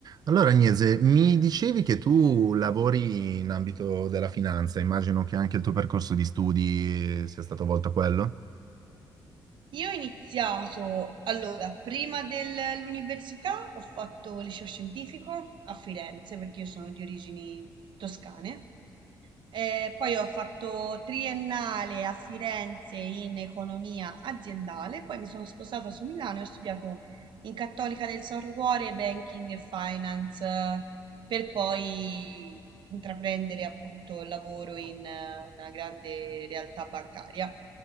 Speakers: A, on the right (about 50°); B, on the right (about 65°).
A: Allora, Agnese, mi dicevi che tu lavori in ambito della finanza, immagino che anche il tuo percorso di studi sia stato volto a quello.
B: Io ho iniziato, allora, prima dell'università ho fatto liceo scientifico a Firenze perché io sono di origini toscane. Eh, poi ho fatto triennale a Firenze in economia aziendale, poi mi sono sposata su Milano e ho studiato in Cattolica del Sacro Cuore Banking e Finance per poi intraprendere appunto il lavoro in eh, una grande realtà bancaria.